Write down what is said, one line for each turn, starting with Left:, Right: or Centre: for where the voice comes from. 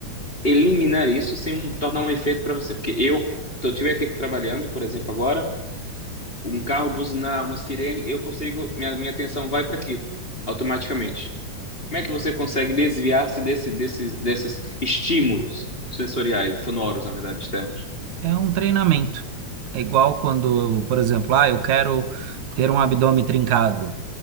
Left: eliminar isso sem um- tornar um efeito para você? Porque eu, eu estiver aqui trabalhando, por exemplo, agora, um carro buzinar, uma sirene, eu consigo, minha, minha atenção vai para aquilo, automaticamente. Como é que você consegue desviar-se desse, desses, desses estímulos sensoriais, sonoros, na verdade, externos?
Right: É um treinamento. É igual quando, por exemplo, ah, eu quero ter um abdômen trincado,